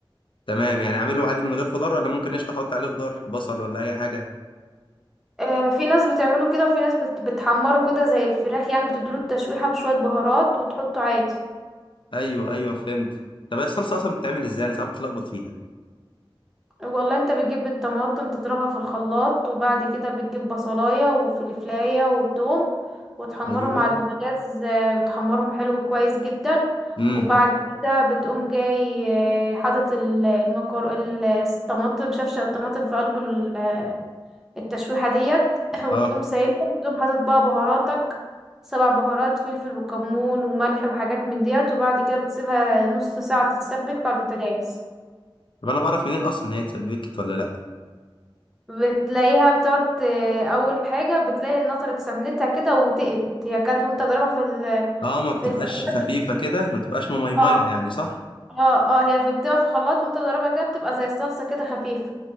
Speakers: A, on the left; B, in the centre.
A: تمام يعني اعمله عادي من غير خضار ولا ممكن قشطه احط عليه خضار بصل ولا اي حاجه
B: آه، في ناس بتعمله كده وفي ناس بت... بتحمره كده زي الفراخ يعني بتديله التشويحة بشوية بهارات وتحطه عادي
A: ايوه ايوه فهمت طب هي الصلصه اصلا بتتعمل ازاي انا ساعات بتلخبط فيها
B: والله انت بتجيب الطماطم تضربها في الخلاط وبعد كده بتجيب بصلاية وفلفلاية وتوم وتحمرهم
A: ايوه
B: على البوتاجاز آه، بتحمرهم حلو كويس جدا
A: امم
B: وبعد كده بتقوم جاي آه، حاطط ال- المكر ال- الطماطم شفشة الطماطم في قلب ال- آه، التشويحة ديت <coughs> <clears throat> وتقوم
A: اه
B: سايبهم وتقوم حاطط بقى بهاراتك سبع بهارات فلفل وكمون وملح وحاجات من ديت وبعد كده بتسيبها نص ساعة تتسبك في البوتاجاز
A: طب انا بعرف منين اصلا ان هي اتسبكت ولا لا
B: بتلاقيها بتقعد ت- اول حاجه بتلاقي نطرت سمنتها كده وتقلت هي كانت وانت ضاربها في ال
A: اه ما بتبقاش
B: في الخلاط
A: خفيفه
B: بت...
A: كده ما بتبقاش مميميه
B: اه
A: يعني صح
B: اه اه هي في بتبقى في الخلاط وانت ضاربها كده بتبقى زي الصلصه كده خفيفه